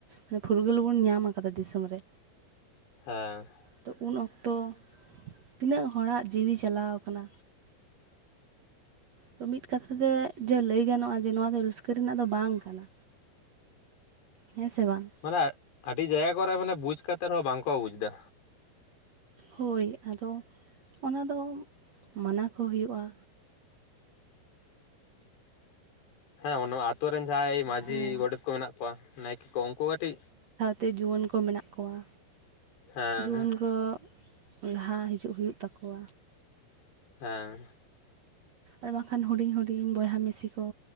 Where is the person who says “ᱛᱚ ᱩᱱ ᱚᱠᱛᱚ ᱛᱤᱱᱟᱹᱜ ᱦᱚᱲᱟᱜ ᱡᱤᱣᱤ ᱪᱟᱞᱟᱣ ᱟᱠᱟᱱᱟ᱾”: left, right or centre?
Right